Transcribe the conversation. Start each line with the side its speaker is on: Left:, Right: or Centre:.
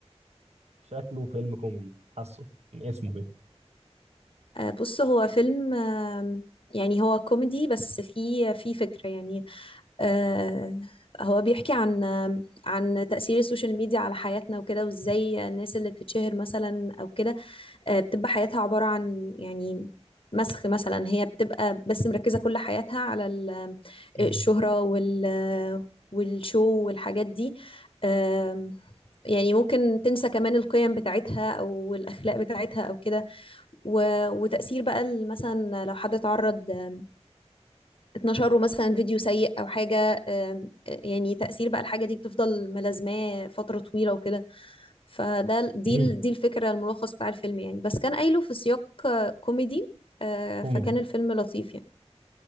Right: شكله فيلم كوميدي حاسه من اسمه كده
Left: آه، بص هو فيلم آم، يعني هو كوميدي بس فيه فيه فكرة يعني آه، هو بيحكي عن آم، عن تأثير السوشيال ميديا على حياتنا وكده وازاي الناس اللي بتتشهر مثلا أو كده آه، بتبقى حياتها عبارة عن يعني مسخ مثلا هي بتبقى بس مركزة كل حياتها على ال- آه،
Right: مم.
Left: الشهرة وال والشو والحاجات دي آم، يعني ممكن تنسى كمان القيم بتاعتها أو الأخلاق بتاعتها أو كده و... وتأثير بقى ال- مثلا لو حد اتعرض آم، اتنشر له مثلا فيديو سيء أو حاجة آم، يعني تأثير بقى الحاجة دي بتفضل ملازماه فترة طويلة وكده فده ال- دي
Right: امم
Left: ال- دي الفكرة الملخص بتاع الفيلم يعني بس كان قايله في سياق آه، كوميدي آه،
Right: كوميدي
Left: فكان الفيلم لطيف يعني